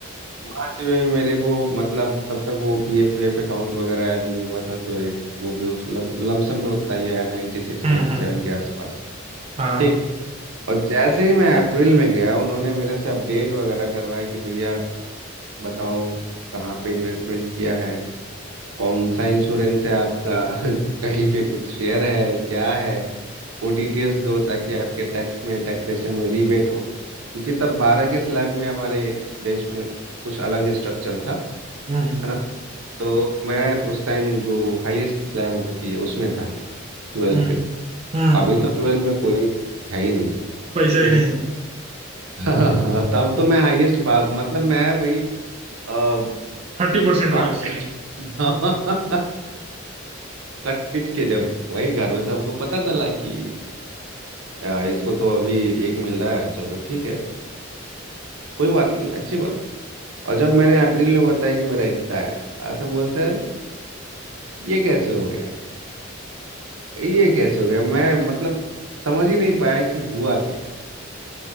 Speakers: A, on the right (about 85°); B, on the right (about 30°).
A: मार्च में भी मेरे को मतलब तब तक वो पीएफ वीएफ अकाउंट वगैरह ऐड नहीं हुआ था तो एक वो भी उस लग- लमसम में उतना ही आया नाइन्टी सिक्स
B: हम्म
A: नाइन्टी
B: हम्म,
A: सेवन के आसपास
B: हाँ
A: ठीक और जैसे ही मैं अप्रैल में गया उन्होंने मेरे से अपडेट वगैरह करवाया कि भैया बताओ कहाँ पे इन्वेस्टमेंट किया है कौन सा इंश्योरेंस है आपका <laughs> कहीं पे कुछ शेयर है क्या है वो डिटेल्स दो ताकि आपके टैक्स में टैक्सेशन में रीबेट हो क्योंकि तब बारह के स्लैब में हमारे देश में कुछ अलग ही स्ट्रक्चर था है
B: हम्म हम्म।
A: ना तो मैं उस टाइम जो हाईएस्ट स्लैब होती है उसमें था ट्वेल्व
B: हम्म
A: पे
B: हम्म
A: अभी तो ट्वेल्व में कोई है ही नहीं
B: पैसा
A: ठीक
B: ही नहीं
A: है <laughs> तब तो मैं हाईएस्ट पा मतलब मैं भाई टॉप
B: थर्टी परसेंट
A: <laughs>
B: वाले स्लैब
A: कट पिट के जब वही घर में सबको पता चला कि अ, इसको तो अभी एक मिल रहा है चलो ठीक है कोई बात नहीं अच्छी बात और जब मैंने अप्रैल में बताया कि मेरा इतना आया अ, सब बोलते हैं, अरे ये कैसे हो गया ये कैसे हो गया मैं मतलब समझ ही नहीं पाया कि हुआ क्या